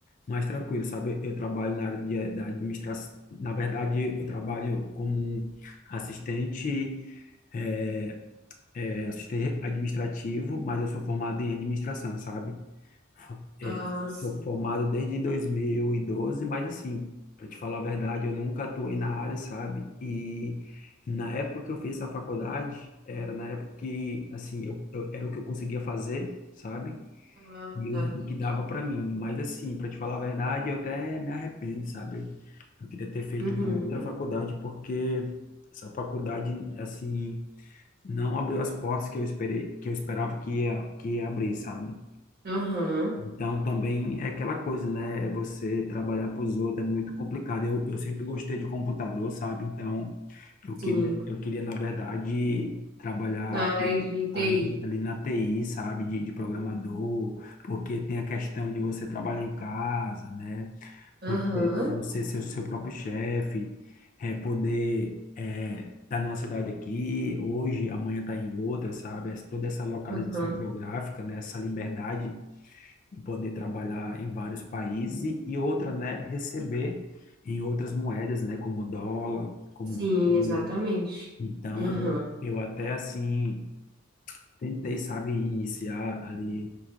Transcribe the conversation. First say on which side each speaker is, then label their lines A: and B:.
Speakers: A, on the left; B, on the right.
A: mais tranquilo, sabe? Eu trabalho na área de, da administração. Na verdade, eu trabalho como um assistente é, é, assistente administrativo, mas eu sou formado em administração, sabe? É,
B: Ah, sim.
A: sou formado desde 2012, mas assim, para te falar a verdade, eu nunca atuei na área, sabe? E na época que eu fiz essa faculdade, era na época que, assim, eu, eu- era o que eu conseguia fazer, sabe?
B: Ah,
A: E
B: tá,
A: o,
B: entendi.
A: o que dava para mim. Mas assim, para te falar a verdade, eu até me arrependo, sabe? Eu queria ter feito
B: Uhum,
A: uma outra faculdade, porque essa faculdade, assim não abriu as portas que eu esperei, que eu esperava que ia, que ia abrir, sabe?
B: aham,
A: Então também é aquela coisa, né? Você trabalhar para os outros é muito complicado. Eu, eu sempre gostei de computador, sabe? Então eu
B: sim.
A: queria, eu queria na verdade trabalhar
B: Na área de TI.
A: ali, ali na TI, sabe? De, de programador, porque tem a questão de você trabalhar em casa, né?
B: Aham,
A: Você, você ser o seu próprio chefe, é, poder é tá numa cidade aqui, hoje, amanhã tá em outra, sabe? Essa- Toda essa localização
B: aham,
A: geográfica, né? Essa liberdade de poder trabalhar em vários países e, e outra, né? Receber em outras moedas, né? Como dólar, como
B: sim,
A: euro.
B: exatamente.
A: Então,
B: Aham,
A: eu, eu até, assim, tentei, sabe, iniciar ali